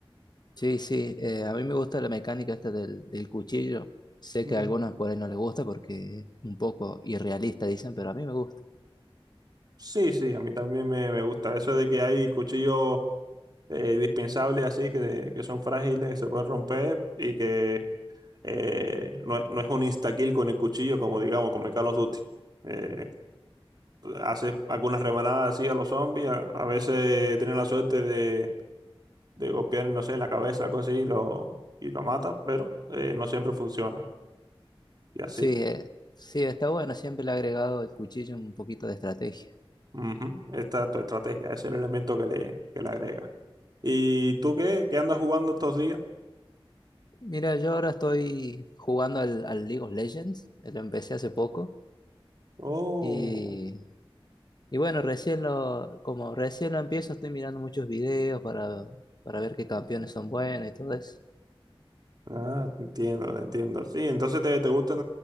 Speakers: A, on the left; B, on the right.
A: Sí, sí, eh, a mí me gusta la mecánica esta del, del cuchillo. Sé
B: Mm.
A: que a algunos por ahí no les gusta porque es un poco irrealista, dicen, pero a mí me gusta.
B: Sí, sí, a mí también me, me gusta eso de que hay cuchillos eh, dispensables así, que, que son frágiles, que se pueden romper y que eh, no, es no es un insta-kill con el cuchillo, como digamos, como en Call of Duty. Eh, hace algunas remanadas así a los zombies. A, a veces tienen la suerte de, de golpear, no sé, en la cabeza, algo así, y lo, y lo mata, pero eh, no siempre funciona. Y así.
A: Sí, eh, sí, está bueno, siempre le he agregado el cuchillo un poquito de estrategia.
B: Ujú. Esta es tu estrategia, ese es el elemento que le, que le agrega. ¿Y tú qué? ¿Qué andas jugando estos días?
A: Mira, yo ahora estoy jugando al, al League of Legends, eh, lo empecé hace poco
B: Oh,
A: y, y bueno, recién lo, como recién lo empiezo, estoy mirando muchos videos para, para ver qué campeones son buenos y todo eso.
B: ah, entiendo, entiendo. Sí, entonces te, te gustan